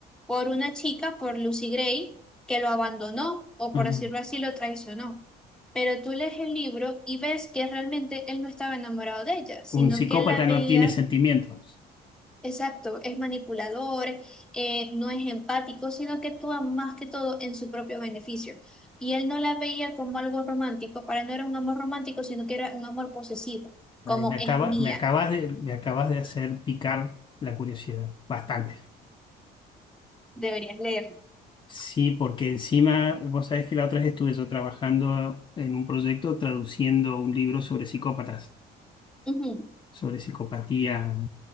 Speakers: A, in the centre; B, on the left (about 30°).
A: por una chica, por Lucy Gray, que lo abandonó o
B: Ajá.
A: por decirlo así, lo traicionó. Pero tú lees el libro y ves que realmente él no estaba enamorado de ella, sino
B: Un psicópata
A: que él la veía,
B: no tiene sentimientos.
A: exacto, es manipulador, eh, no es empático, sino que actúa más que todo en su propio beneficio. Y él no la veía como algo romántico, para él no era un amor romántico, sino que era un amor posesivo,
B: Ay,
A: como
B: me acaba,
A: es mía.
B: me acabas de, me acabas de hacer picar la curiosidad, bastante.
A: Deberías leerlo.
B: Sí, porque encima, vos sabés que la otra vez estuve yo trabajando en un proyecto traduciendo un libro sobre psicópatas.
A: Ujú,
B: sobre psicopatía